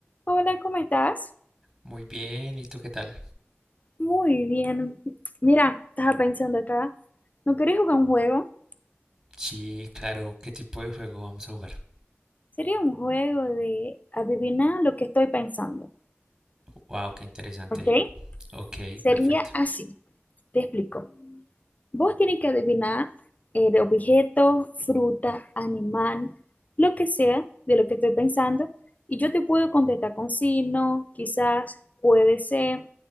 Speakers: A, on the left (about 35°); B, on the right (about 20°).
A: Hola, ¿cómo estás?
B: Muy bien, ¿y tú qué tal?
A: Muy bien. Mira, estaba pensando acá. ¿No querés jugar un juego?
B: Sí, claro, ¿qué tipo de juego vamos a jugar?
A: Sería un juego de adivinar lo que estoy pensando,
B: Wow, qué interesante.
A: ¿ok?
B: Ok,
A: Sería
B: perfecto.
A: así. Te explico. Vos tienes que adivinar el objeto, fruta, animal, lo que sea de lo que estoy pensando. Y yo te puedo contestar con sí, no, quizás, puede ser,